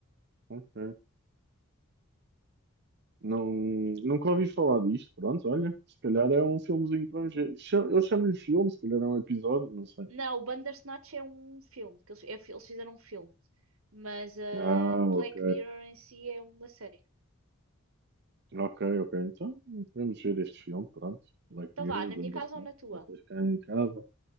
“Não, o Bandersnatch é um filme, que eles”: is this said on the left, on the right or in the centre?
Right